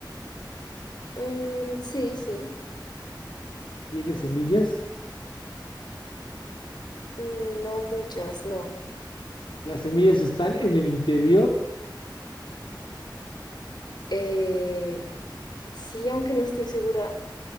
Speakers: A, on the left; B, on the left.
A: Mm, sí, sí.
B: tiene semillas.
A: Mm, No muchas, no.
B: Las semillas están en el interior.
A: Eh, sí, aunque no estoy segura.